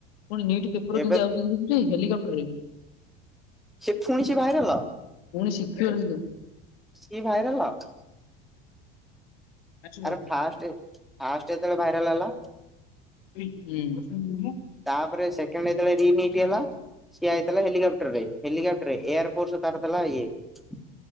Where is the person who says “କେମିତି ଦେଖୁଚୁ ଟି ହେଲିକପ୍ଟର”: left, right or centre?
Left